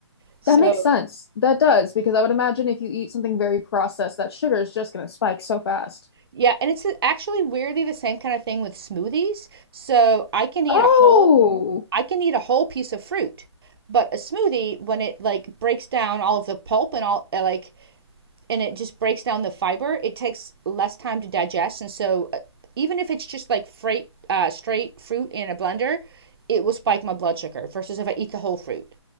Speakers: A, on the right; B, on the left.
A: So
B: That makes sense. That does, because I would imagine if you eat something very processed, that sugar is just going to spike so fast.
A: yeah, and it's actually weirdly the same kind of thing with smoothies. So I can eat
B: Oh.
A: a whole I can eat a whole piece of fruit. But a smoothie, when it like breaks down all of the pulp and all uh, like and it just breaks down the fiber, it takes less time to digest. And so, uh, even if it's just like freight, uh, straight fruit in a blender, it will spike my blood sugar versus if I eat the whole fruit.